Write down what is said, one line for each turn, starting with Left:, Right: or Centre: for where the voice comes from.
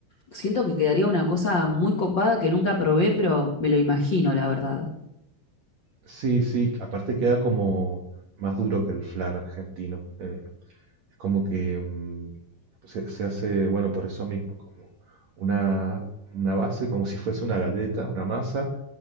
Left: siento que quedaría una cosa muy copada que nunca probé, pero me lo imagino, la verdad.
Right: Sí, sí, aparte queda como más duro que el flan argentino. eh, es como que mm, se, se hace, bueno, por eso mismo, como una, una base, como si fuese una galleta, una masa,